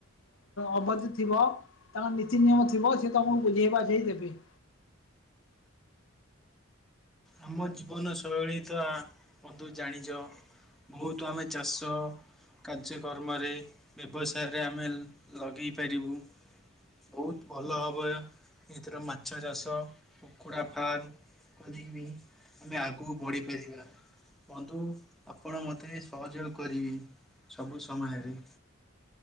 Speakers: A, on the left (about 75°); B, in the centre.
A: ଅବଧି ଥିବ ତାଙ୍କର ନୀତି ନିିୟମ ଥିବ ସିଏ ତମକୁ ବୁଝେଇ ବାଝେଇ ଦେବେ।
B: ଆମ ଜୀବନ ଶୈଳୀତା ବନ୍ଧୁ ଜାଣିଛ। ବହୁତ ଆମେ ଚାଷ। କାର୍ଯ୍ୟକ୍ରମରେ ବ୍ୟବସାୟରେ ଆମେ ଲଗେଇ ପାରିବୁ। ବହୁତ ଭଲ ହବ ଏଥିର ମାଛ ଚାଷ କୁକୁଡ଼ା ଫାର୍ମ କରିବେ ଆମେ ଆଗକୁ ବଢିପାରିବା। ବନ୍ଧୁ ଆପଣ ମୋତେ ସହଯୋଗ କରିବେ ସବୁ ସମୟରେ।